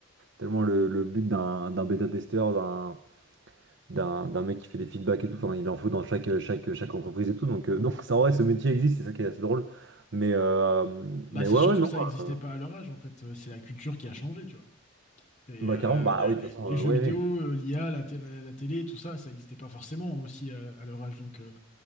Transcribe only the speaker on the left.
Bah,
c'est
surtout
que ça n'existait
pas à leur âge, en fait. Euh, C'est la culture qui a changé, tu vois. C'est,
euh,
les,
les-
les
jeux
vidéo,
euh, l'IA, la, télé- la télé, tout ça, ça n'existait pas forcément aussi euh, à leur âge. Donc, euh,